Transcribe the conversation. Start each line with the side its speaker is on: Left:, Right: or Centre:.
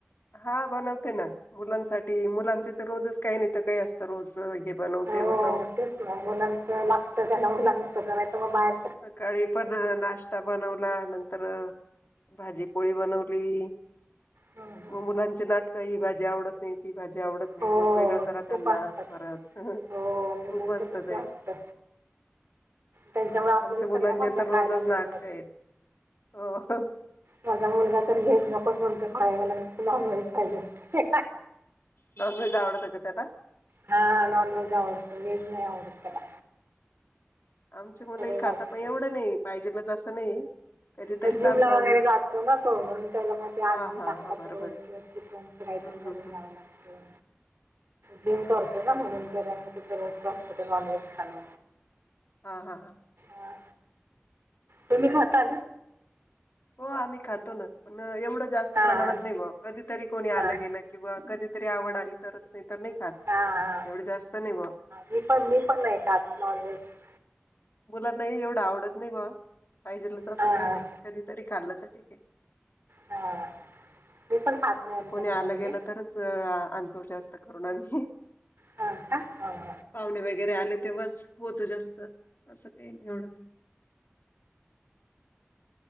Left: हा बनवते ना मुलांसाठी मुलांचे तर रोजच काही नाही तर काही असतं रोज हे. बनव
Right: हो
Left: ते बनव
Right: तेच ना मुलांचं लागतं त्याना मुलांना सग बाहेर.
Left: सकाळी पण नाश्ता बनवला नंतर भाजीपोळी बनवली.
Right: हं हं.
Left: मग मुलांचे नाटकं ही भाजी आवत नाही ती भाजी आवडत.
Right: हो
Left: मग वेगळं करा त्यांना
Right: खूप असतात
Left: परत
Right: हो मुलांचं
Left: खूप मजत
Right: तसं
Left: ते.
Right: असतं त्यांच्यामुळे आपल्याला
Left: आमच्या मुलांचे
Right: सगळ्या भाज्या
Left: तर रोजच
Right: खायला मिळतात
Left: नाटक आहेत अ.
Right: माझा मुलगा तर व्हेज नकोच म्हणतो काळ वला नत नॉन व्हेज पाहिजे असते.
Left: न आवडत का त्याला.
Right: हा नॉन व्हेज आवडतो व्हेज नाही आवडत. त्याला
Left: अच्छा आमचे मुलं
Right: ठरलेलं
Left: खातात
Right: असतं
Left: पण
Right: त्याचं
Left: एवढं नाही पाहिजेलच असं नाही. कधीतरीच
Right: तर जिम
Left: आणतो
Right: ला वगैरे
Left: आम्ही
Right: जातो ना तो म्हणून त्याला म
Left: हा
Right: अंडी
Left: हा
Right: लागतात
Left: हा बरोबर
Right: रोज
Left: आहे
Right: चिकन. काही
Left: हम्म
Right: तर करून
Left: हम्म
Right: घ्यावं
Left: हम्म.
Right: लागतं. जिम करते ना म्हणून त्यामुळे तच रोजच असत ते नॉन व्हेज खाणं.
Left: हा हा हा.
Right: ह तुम्ही खाता?
Left: हो आम्ही खातो ना पण एवढं. जास्त
Right: हां
Left: प्रमाणात
Right: हां
Left: नाही कधीतरी कोणी
Right: हां
Left: आलं गेलं किंवा कधीतरी आवड आली तरच नाही तर नाही ल.
Right: हा हा
Left: एवढं जास्त नाही बघ.
Right: मी पण मी पण खातात नॉनव्हेज.
Left: मुला नाही एवढं आवडत नाही बाबा पाहिजेच असं
Right: हां
Left: काही
Right: हां
Left: नाही कधीतरी खाल्लं तर ठीके.
Right: हां मी पण खात
Left: असं
Right: नाही आमच्या
Left: कोणी आलं
Right: घरामध्ये
Left: गेलं तरच आणंतो जास्त करून आम्ही
Right: हा हा हो.
Left: पाहुणे वगैरे आले तेव्हाच होतो जास्त असं काही नाही एवढं